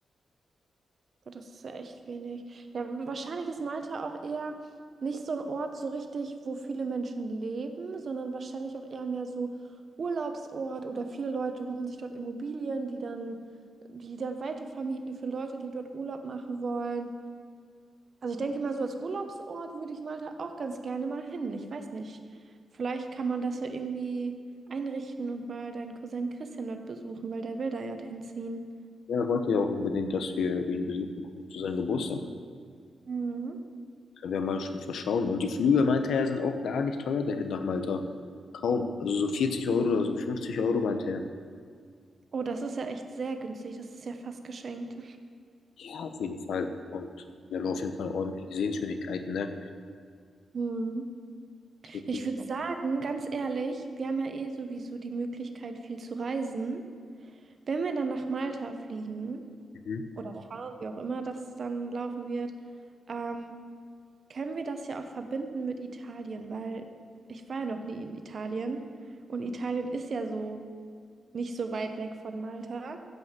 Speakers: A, on the right (about 40°); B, on the left (about 85°).
A: Boah, das ist ja echt wenig. Ja, wahrscheinlich ist Malta auch eher nicht so ein Ort so richtig, wo viele Menschen leben, sondern wahrscheinlich auch eher mehr so Urlaubsort oder viele Leute holen sich dort Immobilien, die dann, die dann weitervermieten für Leute, die dort Urlaub machen wollen. Also ich denke mal, so als Urlaubsort würde ich Malta auch ganz gerne mal hin. Ich weiß nicht. Vielleicht kann man das ja irgendwie einrichten und mal deinen Cousin Christian dort besuchen, weil der will da ja hinziehen.
B: Ja, er wollte ja auch unbedingt, dass wir ihn besuchen kommen zu seinem Geburtstag.
A: Mhm.
B: Können wir mal schon verschauen. Und die Flüge, meinte er, sind auch gar nicht teuer dahin nach Malta. Kaum. Also so 40 Euro oder so 50 Euro, meinte er.
A: Oh, das ist ja echt sehr günstig. Das ist ja fast geschenkt.
B: Ja, auf jeden Fall. Und wir haben auf jeden Fall ordentliche Sehenswürdigkeiten, ne?
A: Mhm.
B: So,
A: Ich würde sagen, ganz ehrlich, wir haben ja eh sowieso die Möglichkeit, viel zu reisen. Wenn wir dann nach Malta fliegen
B: mhm.
A: oder fahren, wie auch immer das dann laufen wird, ähm, können wir das ja auch verbinden mit Italien, weil ich war ja noch nie in Italien und Italien ist ja so nicht so weit weg von Malta.